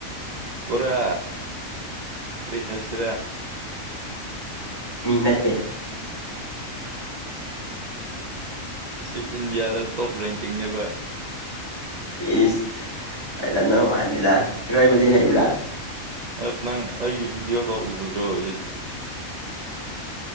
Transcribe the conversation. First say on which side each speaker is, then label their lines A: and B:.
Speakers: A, on the right; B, on the left.
A: ꯄꯨꯔꯥ ꯀꯔꯤ ꯍꯥꯏꯁꯤꯔꯥ
B: ꯃꯤ ꯅꯠꯇꯦ
A: ꯁꯤ ꯏꯟꯗꯤꯌꯥꯗ ꯇꯣꯞ ꯔꯦꯡꯀꯤꯡꯅꯦꯕ
B: ꯏꯁꯁ ꯑꯔ ꯅꯧ ꯃꯥꯅꯤꯗ ꯏꯔꯣꯏꯕꯗꯤ ꯍꯩꯕ꯭ꯔꯥ
A: ꯑꯁ ꯅꯪ ꯑꯩꯒꯤ ꯚꯤꯗꯤꯑꯣꯒ ꯎꯕꯗ꯭ꯔꯣꯠ